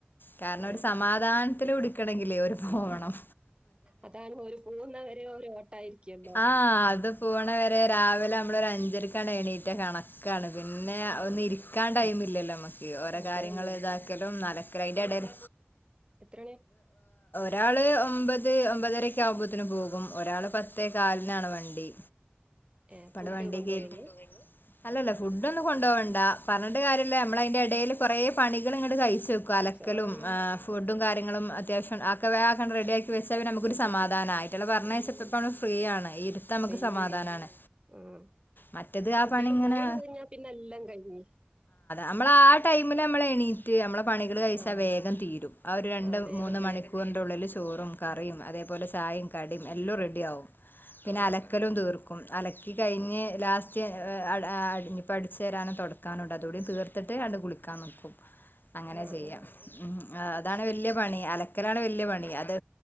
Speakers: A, on the left; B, on the right.
A: കാരണരു
B: ഏഹ്
A: സമാധാൻ- ത്തില് കുടുക്കണങ്കില് ഓരു പോണം.
B: അതാണ് ഒരു പോന്നവരെ ഒരു ഓട്ടായിരിക്കല്ലോ.
A: ആഹ് അത് പോണ വരെ രാവിലെ നമ്മളൊരു അഞ്ചരക്കാണ്ട് എണീറ്റാ കണക്കാണ്. പിന്നെ
B: ആഹ.
A: ഒന്ന് ഇരിക്കാടൈംല്ലല്ലോ അമ്മക്ക് ഓരോ
B: അത്
A: കാര്യങ്ങൾ
B: തന്നെ
A: ഇതാക്കലും നലക്കലൈൻ്റെ ടെൽ
B: എത്രാണ്?
A: രാള് ഒമ്പത് ഒമ്പതരക്കെ ആവുമ്പോത്തിന് പോകും ഒരാൾ പ ത്തെ കാൽനാണ് വണ്ടി.
B: ഏ
A: ഇബടെ
B: ഫുഡ്
A: വണ്ടി
B: കൊണ്ടോവെ
A: കേറ്റി
B: <unintelligible>
A: അല്ലല്ല ഫുഡോന്നും കൊണ്ടോവണ്ടാ പറഞ്ഞിട്ട് കാര്യല്ല്യാ മ്മളയ്ന്റെടേൽ കൊറേ പണികള്ങ്ങട്ട് കയ് ച്ചക്കും. അലക്കലും
B: ആഹ്
A: ഏ ഫുഡും കാര്യങ്ങളും അത്യാവശ്യം അ ഒക്കെ വേക്കണ്ട് റെഡി ആക്കി വെച്ചാ പിന്നെ ഞമ്മക്കൊരു
B: അത്
A: സമാധാനാ
B: തന്നെ
A: അയ്റ്റളെ പറഞ്ഞയ്ച്ചപ്പ
B: ഉം
A: നമ്മള് ഫ്രീ ആണ് ഈ ഇരുത്തമ്മക്ക്
B: ഫ്രീയാണ്
A: സമാധാനാണ്.
B: ആഹ്
A: മറ്റത് ആ
B: കുട്ടികള്
A: പണിങ്ങനെ
B: പോയി കഴിഞ്ഞാ പിന്നെല്ലാം കയ്ഞ്.
A: നമ്മളാ ടൈംമിലമ്മള് എണീറ്റ് മ്മളെ പണികള് കഴിച്ചാ
B: ആഹ്
A: വേഗം തീരും. ആ ഒരു രണ്ട്
B: ആഹ് വേഗം
A: മൂന്ന്
B: തീരും
A: മണിക്കൂറിന്റുള്ളില് ചോറും കറിയും
B: ഉം
A: അതേപോലെ ചായിം കടിയും എല്ലൊം റെഡിയാവും. പിന്നെ
B: ആഹ്
A: അലക്കലും തീർ ക്കും. അലക്കി കഴിഞ്ഞ് ലാസ്റ്റ് അ അ അട നിപ്പോ അടിചരാനും തൊടക്കാനുണ്ട് അതൂടി തീർത് ട്ട് ആണ്ട് കുളിക്കാൻ നിക്കും. അങ്ങനാചെയ്യാ.
B: ആഹ്
A: ഉം
B: അത്
A: അതാണ്
B: ശരി
A: വല്യ പണി അലക്കലാണ് വല്യ പണി അത്